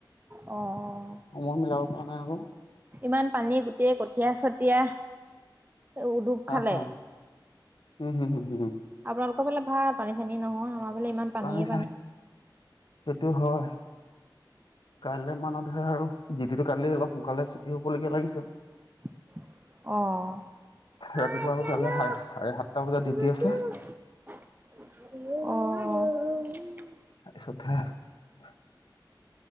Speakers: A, on the right; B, on the left.
A: অঁ।
B: সময় মিলাব পৰা নাই আক'।
A: ইমান পানী গোটেই কঠীয়া চত ঠিয়া ও ডুব
B: হা
A: খালে।
B: হা উম, হুম, হু, হু, হু।
A: আপোনালোকৰ ফালে ভাল পানী-চানী নহয়, আমাৰ ফালে ইমান পানীয়ে
B: পানী চানী, সেইটো হয়। কাইলৈ মানতহে আৰু, ডিউটিটো কাইলে অলপ সোনকালে ছুটি হ'ব লেখীয়া লাগিছে।
A: অঁ,
B: ৰাতিপুৱা
A: অঁ।
B: আকৌ কাইলে সা চাৰে সাতটা বজাত ডিউটি আছে
A: <unintelligible>
B: তাপিছতহে